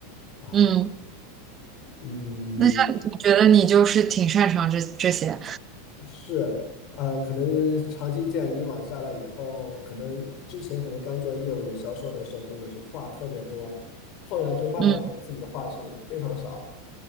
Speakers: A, on the left; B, on the right.
A: 啊。
B: 嗯，
A: 嗯，
B: 那像你觉得你就是挺擅长这这些。
A: 是，呃，可能长期这样以往下来以后，可能之前可能刚做业务员销售的时候，工作就话特别多，后来就慢慢自己的话是非常少
B: 嗯，